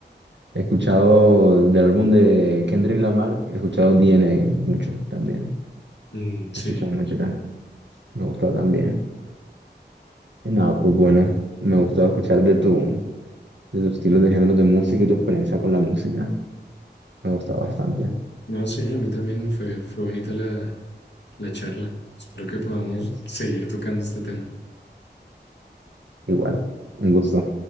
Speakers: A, on the right; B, on the left.
A: he escuchado del álbum de Kendrick Lamar, he escuchado DNA mucho también.
B: Mm, sí.
A: He escuchado mucho acá, me ha gustado también. Nada, pues bueno, me gustó escuchar de tu, de tus estilos de género de música y tu experiencia con la música. Me gusta bastante.
B: No, sí, a mí también fue, fue bonita la, la charla. Espero que podamos
A: Yes.
B: seguir tocando este tema.
A: Igual, un gusto.